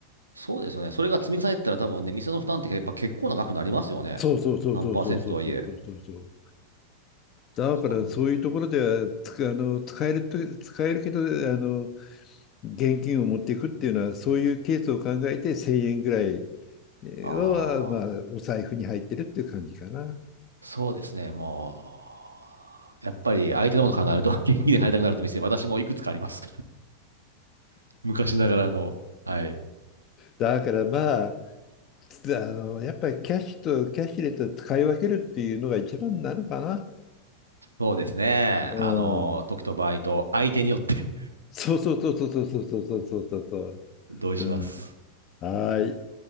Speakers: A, on the right; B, on the left.
A: そうですよね。それが積み重ねてたら多分ね、店の負担ってやっぱ結構な額になりますよね。
B: そうそうそうそうそうそうそうそうそうそう。
A: 何パーセントとはいえ。
B: だからそういうところではつあの使えると使えるけどあの
A: そっか、
B: 現金を持っていくっていうのは、そういうケースを考えて1000円ぐらい
A: ああ
B: は、まあ、お財布に入ってるっていう感じかな。
A: ー、そうですね、もう、やっぱり相手のこと考えると、<laughs> 元気で入りたくなると店、私もいくつかあります。<laughs> 昔ながらの、はい。
B: だからまあ、あの、やっぱりキャッシュとキャッシュレスを使い分けるっていうのが一番なのかな。
A: そうですね、
B: うん。
A: あの、時と場合と、相手によって
B: そうそうそうそうそうそうそうそうそう。
A: <laughs> 同意します。
B: うん。はい。